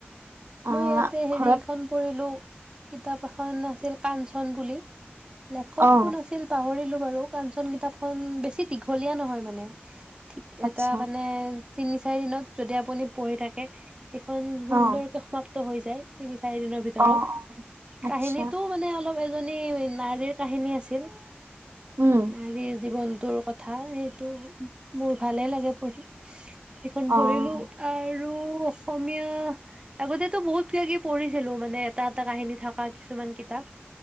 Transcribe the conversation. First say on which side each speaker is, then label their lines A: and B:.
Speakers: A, on the right; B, on the right.
A: আহ
B: মই ইয়াতে হেৰিখন
A: ঘৰত
B: পঢ়িলো- কিতাপ এখন আছিল কাঞ্চন বুলি লেখক
A: অ
B: কোন আছিল আছিল পাহৰিলো বাৰু কাঞ্চন কিতাপখন বেছি দীঘলীয়া নহয় মানে। ঠিক
A: আচ্ছা
B: এটা মানে তিনি চাৰি দিনত যদি আপুনি পঢ়ি থাকে সেইখন সুন্দৰকে
A: অ
B: সমাপ্ত হৈ যায় তিনি চাৰি দিনৰ ভিতৰত
A: অ', অ', আচ্ছা,
B: কাহিনীটো মানে অলপ এজনী নাৰীৰ কাহিনী আছিল।
A: উম
B: নাৰীৰ জীৱনটোৰ কথা সেইটো মোৰ ভালে লাগে পঢ়ি। সেইখন
A: অ',
B: পঢ়িলো আৰু অসমীয়া আগতেতো বহুত কিবা কিবি পঢ়িছিলো মানে এটা এটা কাহিনী থকা কিছুমান কিতাপ।